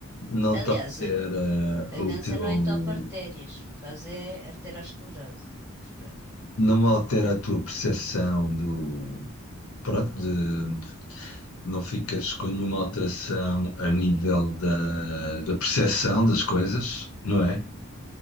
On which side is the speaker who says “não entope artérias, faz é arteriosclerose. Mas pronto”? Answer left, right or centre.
Right